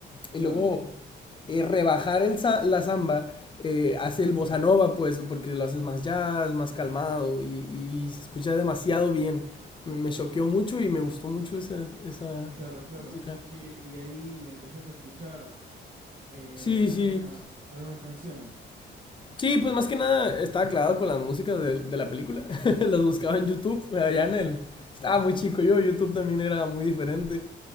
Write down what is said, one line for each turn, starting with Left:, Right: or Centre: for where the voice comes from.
Left: Y
Right: Claro.
Left: luego eh, rebajar el za- la samba eh, hace el bossa nova, pues, porque lo haces más jazz, más calmado y, y se escucha demasiado bien. Me, me choqueó mucho y me gustó mucho esa, esa
Right: Claro, claro.
Left: música.
Right: Que, y ahí empezaste a escuchar eh,
Left: Sí,
Right: algunas,
Left: sí.
Right: algunas canciones.
Left: Sí, pues más que nada estaba clavado con las músicas de, de la película. <laughs> Las buscaba en YouTube, allá en el... Estaba muy chico yo, YouTube también era muy diferente.